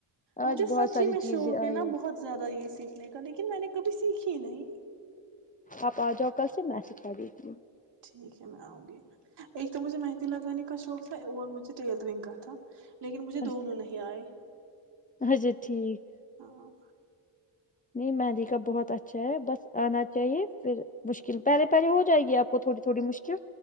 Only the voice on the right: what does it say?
مجھے
سچ
ہی میں
شوق ہے
نا بہت زیادہ یہ سیکھنے کا لیکن میں نے کبھی سیکھی ج نہیں
ٹھیک ہے میں آؤں گی ایک تو مجھے مہندی لگانے کا شوق تھا اور مجھے ٹیلرنگ کا تھا لیکن مجھے
دونوں نہیں آئے
ہاں